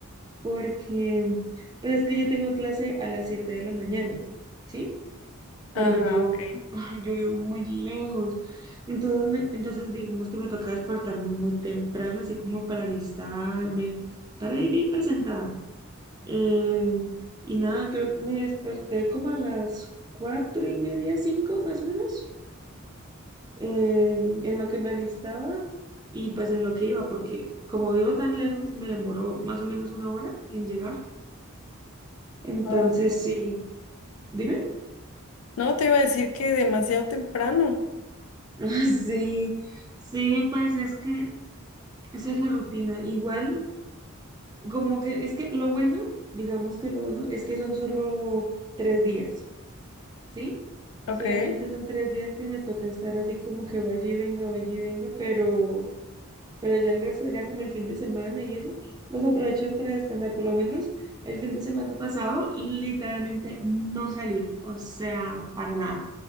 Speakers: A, on the right; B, on the left.
A: porque pues es que yo tengo clase a las 7 de la mañana, ¿sí? Pero
B: Ajá,
A: yo,
B: ok.
A: <laughs> ay, yo vivo muy lejos. Entonces, me- entonces digamos que me toca despertarme muy temprano, así como para alistarme, para ir bien presentada. Eh, y nada, creo que me desperté como a las cuatro y media, cinco más o menos, eh, en lo que me alistaba y pues en lo que iba, porque como vivo tan lejos, me demoró más o menos una hora en llegar. Entonces,
B: Ah.
A: sí, dime. <laughs>
B: No, te iba a decir que demasiado temprano.
A: Ah, Sí, sí, pues es que esa es la rutina. Igual, como que es que lo bueno, digamos que lo bueno es que son solo tres días, ¿sí?
B: Ok.
A: Solamente son tres días que me toca estar así como que vaya y venga, vaya y venga, pero... pero ya el resto sería como el fin de semana y eso, los aprovecho para descansar. Por lo menos el fin de semana pasado literalmente no salí, o sea, para nada,